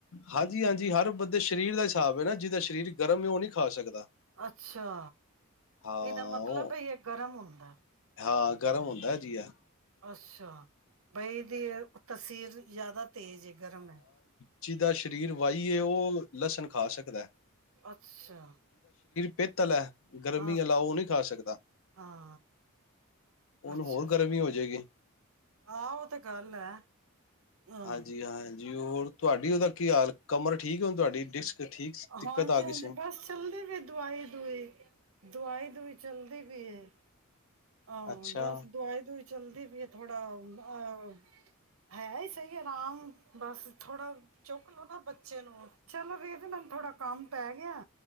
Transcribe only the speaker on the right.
ਅੱਛਾ
ਇਹਦਾ ਮਤਲਬ
ਇਹ ਗਰਮ ਹੁੰਦਾ।
ਅੱਛਾ। ਬਈ ਦੀ ਉ ਤਸੀਰ ਤੂੰ ਜ਼ਿਆਦਾ। ਤੇਜ ਗਰਮ ਹੈ।
ਅੱਛਾ
ਅ
ਹਾਂ
ਅੱਛਾ
ਅੱਛਾ
ਆਹ ਉਹ ਤੇ ਗੱਲ ਹੈ ਹਮ
ਹਾਂਜੀ
ਹਾਂਜੀ
ਬਸ ਚੱਲਦੇ ਵੀ ਦਵਾਈ ਦੁਈ ਦਵਾਈ ਵੀ ਚੱਲਦੀ ਪਈ ਹੈ ਹਾਂ
ਬਸ ਦਵਾਈ ਦੁਈ ਚਲਦੀ ਪਈ ਉਹ ਥੋੜਾ ਅਹ ਹੈ ਹੀ ਸਹੀ ਆਰਾਮ ਬਸ ਥੋੜਾ ਚੁੱਕ ਲੋਓ ਨਾ ਬੱਚੇ ਨੂੰ ਚਲੋ ਵੀਰ ਜੀ ਮੈਨੂੰ ਥੋੜਾ ਕੰਮ ਪੈ ਗਿਆ